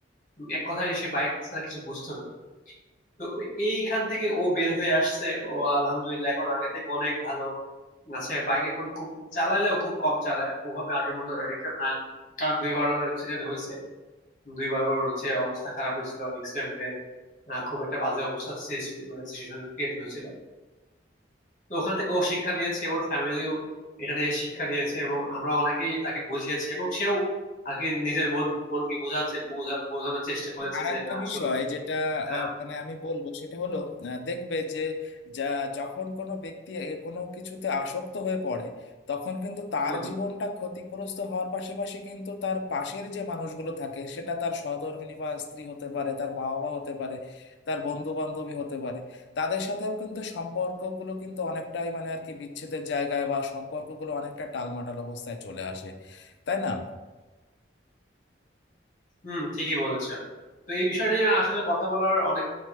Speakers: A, on the left; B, on the left.
A: উম, এক কথায় সে বাইক ছাড়া কিছু বুঝতো না তো ওই- এইখান থেকে ও বের হয়ে আসছে ও আলহামদুলিল্লাহ এখন আগে থেকে অনেক ভালো আছে বাইক এখন খুব চালালেও খুব কম চালায় ওভাবে আগের মতো অ্যাডিকশন নাই কারণ দুইবার ওর অ্যাক্সিডেন্ট হয়েছে দুইবার ওর হচ্ছে অবস্থা খারাপ হয়েছিল অ্যাক্সিডেন্ট হয়ে আহ, খুব একটা বাজে অবস্থা সিচু- মানে সিচুয়েশন ক্রিয়েট হয়েছিল তো ওখান থেকে ও শিক্ষা নিয়েছে ওর ফ্যামিলিও এটা নিয়ে শিক্ষা নিয়েছে এবং আমরা অনেকেই তাকে বুঝিয়েছি এবং সেও আর কি নিজের মন মনকে বোঝাচ্ছে বোঝা- বোঝানোর চেষ্টা করেছে
B: আর
A: যে
B: একটা
A: না
B: বিষয়
A: আসলে
B: যেটা আহ,
A: আহ,
B: মানে আমি বলবো সেটা হলো আহ, দেখবে যে যা যখন কোনো ব্যক্তি এ কোনো কিছুতে আসক্ত হয়ে পড়ে তখন কিন্তু তার
A: হুম
B: জীবনটা ক্ষতিগ্রস্ত হওয়ার পাশাপাশি কিন্তু তার পাশের যে মানুষগুলো থাকে সেটা তার সহধর্মিণী বা স্ত্রী হতে পারে তার মা বাবা হতে পারে তার বন্ধু বান্ধবী হতে পারে তাদের সাথেও কিন্তু সম্পর্কগুলো কিন্তু অনেকটাই মানে আর কি বিচ্ছেদের জায়গায় বা সম্পর্কগুলো অনেকটা টালমাটাল অবস্থায় চলে আসে তাই না
A: হুম ঠিকই বলেছো তো এই বিষয় নিয়ে আসলে কথা বলার অনেক